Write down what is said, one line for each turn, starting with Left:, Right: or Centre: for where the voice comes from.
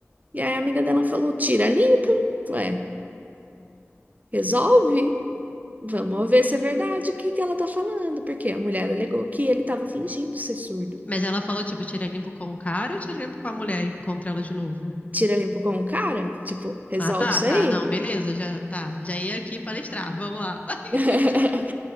Right: E aí a amiga dela falou, tira limpo, ué, resolve. Vamos ver se é verdade o que que ela tá falando, porque a mulher alegou que ele tava fingindo ser surdo.
Left: Mas ela falou, tipo, tira limpo com o cara ou tira limpo com a mulher? Encontra ela de novo.
Right: Tira limpo com o cara, tipo, resolve
Left: Ah, tá,
Right: isso
Left: tá,
Right: aí.
Left: não, beleza, já tá. Já ia aqui palestrar, vamos lá. <laughs>
Right: <laughs>